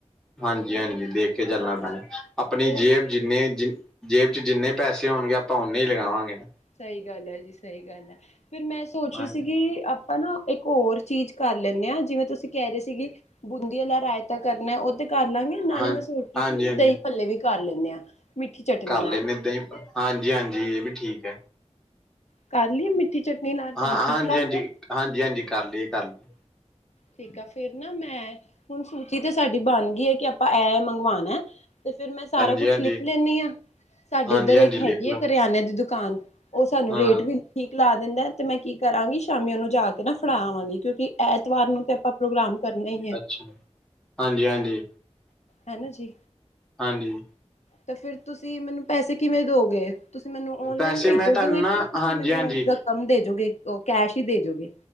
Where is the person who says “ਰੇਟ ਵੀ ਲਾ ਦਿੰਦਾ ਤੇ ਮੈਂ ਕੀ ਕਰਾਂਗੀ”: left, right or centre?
Left